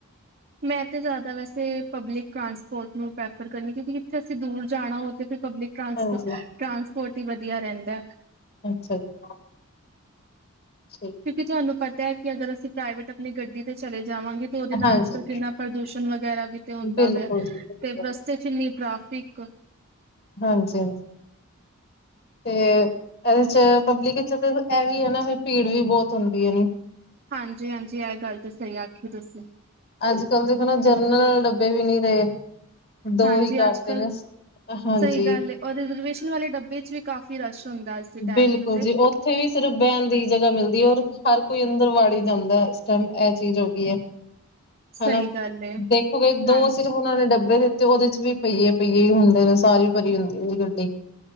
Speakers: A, on the right; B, on the left.
A: ਮੈਂ ਤੇ ਜ਼ਿਆਦਾ ਵੈਸੇ ਪਬਲਿਕ ਟਰਾਂਸਪੋਰਟ ਨੂੰ ਪ੍ਰੈਫਰ ਕਰਨੀ। ਕਿਉਂਕਿ ਜਿੱਥੇ ਅਸੀਂ ਦੂਰ ਜਾਣਾ ਹੋਏ ਤੇ ਫਿਰ ਪਬਲਿਕ ਟਰਾਂਸਪੋਰਟ
B: ਹਾਂਜੀ,
A: ਹੀ ਵਧੀਆ ਰਹਿੰਦਾਂ ਹੈ।
B: ਅੱਛਾ-ਅੱਛਾ। ੀਕ <inaudible>
A: ਕਿਉਂਕਿ ਤੁਹਾਨੂੰ ਪਤਾ ਹੈ ਕਿ ਅਗਰ ਅਸੀਂ ਪ੍ਰਾਈਵੇਟ ਆਪਣੀ ਗੱਡੀ ਤੇ ਚਲੇ ਜਾਵਾਂਗੇ ਤੇ ਉਹਦੇ ਨਾਲ
B: ਹਾਂਜੀ,
A: ਅੱਜ ਕੱਲ ਕਿੰਨਾ ਪ੍ਰਦੂਸ਼ਣ ਵਗੈਰਾ ਵੀ ਤੇ ਹੁੰਦਾ
B: ਬਿਲਕੁਲ
A: ਪਿਆ।
B: ਜੀ ਬਿਲਕੁਲ।
A: ਤੇ ਬਸ ਚ ਇੰਨੀ ਟ੍ਰੈਫਿਕ।
B: ਹਾਂਜੀ-ਹਾਂਜੀ। ਤੇ ਇਹਦੇ ਚ ਪਬਲਿਕ ਵਿਚ ਤੇ ਇਹ ਵੀ ਹੈ ਨਾ ਫਿਰ ਭੀੜ ਵੀ ਬਹੁਤ ਹੁੰਦੀ ਹੈ ਨਾ।
A: ਹਾਂਜੀ-ਹਾਂਜੀ ਇਹ ਗੱਲ ਤਾਂ ਸਹੀ ਆਖੀ ਤੁਸੀਂ।
B: ਅੱਜ ਕੱਲ ਦੇਖੋ ਨਾ ਜਰਨਰਲ ਡੱਬੇ ਵੀ ਨਹੀਂ ਰਹੇ ਦੋ
A: ਹਾਂਜੀ
B: ਹੀ ਕਰਦੇ
A: ਅੱਜ ਕੱਲ੍ਹ
B: ਨੇ। ਹਾਂਜੀ
A: ਸਹੀ ਗੱਲ ਏ। ਔਰ ਰਿਜ਼ਰਵੇਸ਼ਨ ਵਾਲੇ ਡੱਬੇ ਚ ਵੀ ਕਾਫ਼ੀ ਰਾਸ਼ ਹੁੰਦਾ। ਦੇ ਟਾਈਮ
B: ਬਿਲਕੁਲ
A: ਚ ਤੇ
B: ਜੀ ਉਹ ਉੱਥੇ ਵੀ ਸਿਰਫ ਬਹਿਣ ਦੀ ਜਗ੍ਹਾ ਮਿਲਦੀ ਏ। ਔਰ ਹਰ ਕੋਈ ਅੰਦਰ ਵਾੜੀ ਜਾਂਦਾ ਇਸ ਟੈਮ ਇਹ ਚੀਜ਼ ਹੋ ਗਈ ਹੈ।
A: ਸਹੀ
B: ਹਨਾ
A: ਗੱਲ ਏ
B: ਦੇਖੋਗੇ
A: ਹਾਂਜੀ
B: ਦੋ ਸਿਰਫ਼ ਉਹਨਾਂ ਨੇ ਡੱਬੇ ਦਿੱਤੇ। ਤੇ ਉਹਦੇ ਚ ਵੀ ਪਹੀਏ-ਪਈਏ ਹੀ ਹੁੰਦੇ ਨੇ, ਸਾਰੀ ਭਰੀ ਹੁੰਦੀ ਉਹਦੀ ਗੱਡੀ।